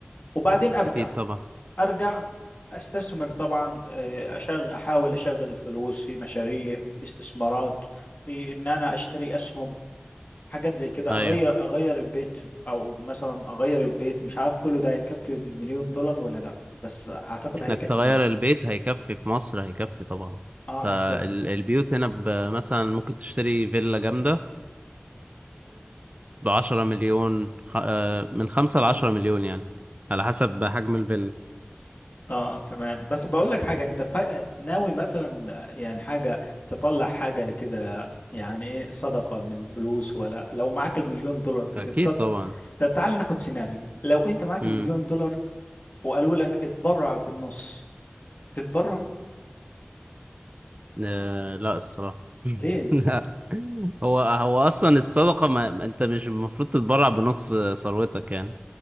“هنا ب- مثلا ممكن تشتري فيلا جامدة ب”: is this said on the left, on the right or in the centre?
Right